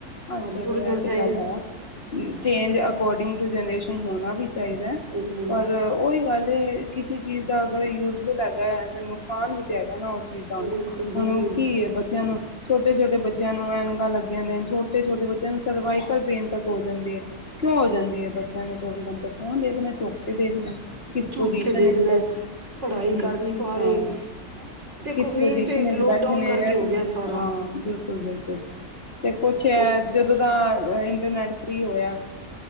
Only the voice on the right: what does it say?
ਅੱਜ ਥੋੜੇ- ਥੋੜੇ
ਟਾਈਮਸ।
ਹੂੰ
ਬਿਲਕੁਲ ਬਿਲਕੁਲ
ਝੁਕ
ਕੇ ਦੇਖਣਾ
ਪੜ੍ਹਾਈ
ਕਰ ਨੀ ਪਾ
ਰਹੇ ਦੇਖੋ
ਮੇਨ
ਤੇ
ਲੋਕਡਾਊਨ
ਕਰਕੇ
ਹੋ
ਗਿਆ
ਸਾਰਾ
ਉਹ